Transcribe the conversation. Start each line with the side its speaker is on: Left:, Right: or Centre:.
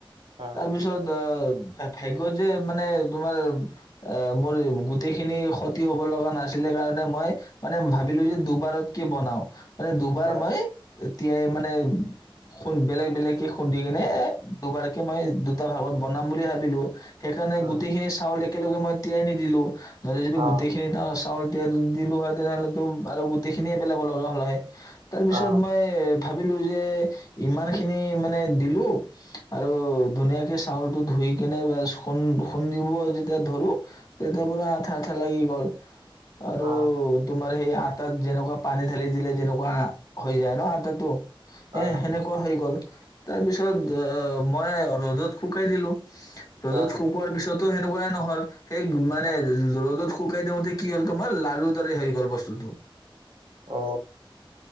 Right: অ
Left: তাৰপিছত অ ভাগ্য যে মানে তোমাৰ অ মোৰ গোটেইখিনি ক্ষতি হব লগা নাছিলে কাৰণে মই মানে ভাবিলোঁ যে দুবাৰত কি বনাওঁ। মানে দুবাৰ
Right: অ
Left: মই তিয়াই মানে খু বেলেগ বেলেগকে খুন্দি কিনে এ দুবাৰকে মই দুটা ভাগত বনাম বুলি ভাবিলোঁ। সেইকাৰণে
Right: উম
Left: গোটেইখিনি চাউলে একেলগে মই তিয়াই নিদিলোঁ নহলে যিটো
Right: অ
Left: গোটেইখিনি এাস চাউল তেল দিলোঁ হয় তেনেহলেতো আৰু গোটেই খিনিয়ে পেলাব লগা হল হয়। তাৰ পিছত
Right: অ
Left: মই ভাবিলোঁ যে ইমান খিনি মানে দিলোঁ আৰু ধুনীয়াকে চাউলটো ধুই কেনে বা খুন্দ খুন্দিব যেতিয়া ধৰোঁ তেতিয়া পুৰা আঠা আঠা লাগি গল। আৰু
Right: অ
Left: তুম সেই আটাত যেনেকুৱা পানী ঢালি দিলে যেনেকুৱা হৈ যায় ন আতাত তটো
Right: অ
Left: এ সেনেকুৱা হৈ গল তাৰ পিছত অ মই ৰদত শুকাই দিলোঁ। ৰদত
Right: অ
Left: শুকোৱাৰ পিছত ও সেনেকুৱাই নহল সেই মানে
Right: অ
Left: ৰদত শুকাই দিয়োঁতে কি হল তোমাৰ লাৰুৰ দৰে হৈ গল বস্তুটো।
Right: অ